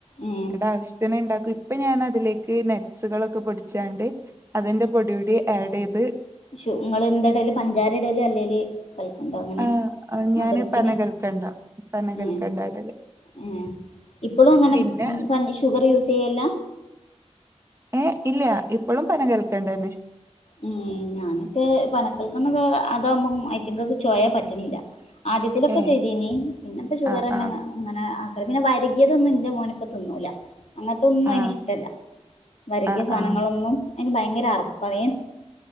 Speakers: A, on the left; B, on the right.
A: ഉം ഏഹ്
B: ന്നട്ട് ആവശ്യത്തിന് ഇണ്ടാ ഇപ്പൊ ഞാനതിലേക്ക് നെട് സുകളൊ ഒക്കെ പൊട്ച്ചാണ്ട് അതിന്റെ പൊടി ഊടി ഏട് എയ്ത്
A: ഷു നിങ്ങൾ എന്ത ഇടല് പഞ്ചാര ഇടല് അല്ലെല് കൽക്കണ്ടോ അങ്ങനെ
B: ആ
A: മധുരത്തിന്
B: ഞാന് പനകൽക്കണ്ട പനകൽക്കണ്ട
A: ഏ
B: ഇടല്
A: ഏ ഇപ്പോഴും അങ്ങനെ
B: പിന്നെ
A: പ ഷുഗർ യൂസ് ചെയ്യലില്ല
B: ഏ ഇല്ല ഇപ്പോഴും പനം കൽകണ്ടംന്നെ
A: ഏ ഞാനപ്പോ പനക്കൽക്കണ്ടം അതാവുമ്പോ ഐറ്റങ്ങൾക്ക് ചൊയ പറ്റുനില്ല ആദ്യത്തിലൊക്കെ
B: ഏ
A: ചെയ്തീനി പിന്നെപ്പ ഷുഗർന്നെ
B: ആ ആ
A: അങ്ങനെ ഇപ്പൊ വരകിയതൊന്നും ന്റെ മോന് ഇപ്പോ തിന്നൂലാ അങ്ങനെത്തൊന്നും
B: ആ
A: അതിന് ഇഷ്ടല്ല. വരകിയ
B: ആ
A: സാധനങ്ങളൊന്നും
B: ആ
A: അതിന് ഭയങ്കര അറപപ്പാ വേ